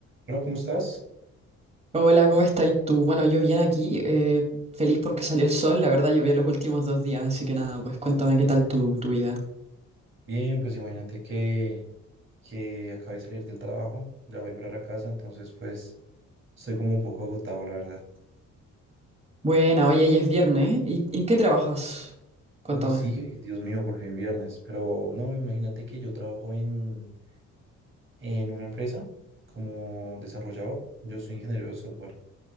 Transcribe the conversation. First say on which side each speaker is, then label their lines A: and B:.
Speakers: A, on the right (about 40°); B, on the right (about 20°).
A: Hola, ¿cómo estás?
B: Hola, ¿cómo estás tú? Bueno, yo bien aquí, eh, feliz porque salió el sol, la verdad llovió los últimos dos días, así que nada, pues cuéntame qué tal tu, tu vida.
A: Bien, pues imagínate que, que acabé de salir del trabajo, ya voy para la casa, entonces pues estoy como un poco agotado, la verdad.
B: Buena, oye, ya es viernes, ¿eh? ¿Y en qué trabajas? Cuéntame.
A: Uy, sí, Dios mío, por fin viernes, pero no, imagínate que yo trabajo en, en una empresa como desarrollador, yo soy ingeniero de software,